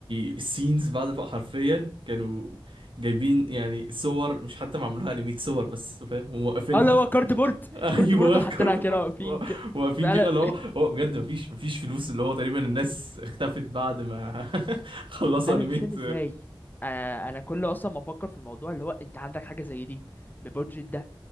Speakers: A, on the right; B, on the left.
A: السينز بعد بقى حرفيا كانوا جايبين يعني صور مش حتى معمولها انيميت صور بس فاهم وموقفينها
B: اه اللي هو كارد بورد
A: <laughs> ايوه
B: كارد بورد وحطيناها
A: كاردبورد
B: كده واقفين كده
A: واقفين كده
B: انا
A: اللي هو هو بجد مفيش مفيش فلوس اللي هو تقريبا الناس اختفت بعد ما <laughs> خلصوا
B: <laughs> انا
A: انيميت
B: مش فاهم ازاي انا انا كل اصلا ما افكر في الموضوع اللي هو انت عندك حاجة زي دي بالبودجت ده